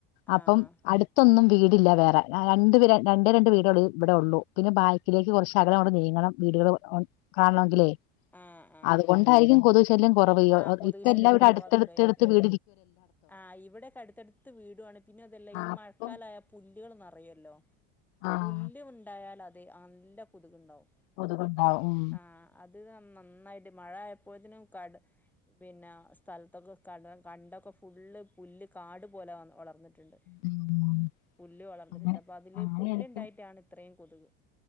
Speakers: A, on the left; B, in the centre.
A: അപ്പം
B: ആഹ്
A: അടുത്തൊന്നും വീട് ഇല്ല വേറെ രണ്ട രണ്ടേ രണ്ട് വീടുക ഇവിടെ ഉള്ളൂ പിന്നെ ബാക്കിലേക്ക് കുറച്ചകലം അവിടെ നീങ്ങണം വീടുകൾ കാണണമെങ്കില്ലേ
B: ആഹ് ആഹ്
A: അതുകൊണ്ടായിരിക്കും കൊതുശല്യം കുറവ
B: ആഹ് കൊതുക്
A: ഇപ്പ
B: ശല്യം
A: എല്ലാടെ
B: കുറവ്
A: അടുത്തടുത്ത്
B: അതൊക്കെ ആയിരിക്കും
A: വീ
B: ആഹ് ഇവിടെക്കെ അടുത്തടുത്ത് വീടുണ് പിന്നെ അതല്ല ഈ
A: അപ്പം
B: മഴക്കാലായ പുല്ലുകൾന്നറിയും
A: ആഹ്
B: പുല്ല് ഉണ്ടായാൽ അത് നല്ല കൊതുകുണ്ടാവും
A: അതുകൊണ്ടാവും ഉം
B: ആഹ് അത് നന്നായിട്ട് മഴ ആയപ്പോതിനും കാട് പിന്നെ സ്ഥലത്തൊക്കെ ക കണ്ടൊക്കെ ഫുള്ള് പുല്ല് കാട് പോലെ വളർന്നിട്ട് ണ്ട്
A: ഉം ഉം
B: പുല്ല് വളർന്നിട്ടുണ്ട്
A: അങ്ങനെ
B: അപ്പൊ അതില്
A: അങ്ങനെയായിരിക്കും
B: പുല്ല്ണ്ടായിട്ടാണ് ഇത്രയും കൊതുക്